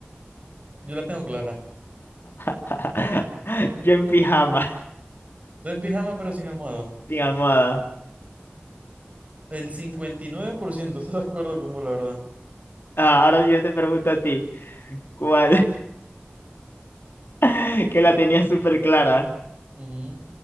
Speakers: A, on the right; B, on the left.
A: Yo la tengo clara.
B: <laughs> Yo en pijama,
A: Estoy en pijama pero sin almohada.
B: <laughs> sin almohada.
A: El 59%, <laughs> está de acuerdo con vos, la verdad.
B: Ah, ahora yo te pregunto a ti, ¿cuál? <laughs> Que la tenía súper clara.
A: Ujú.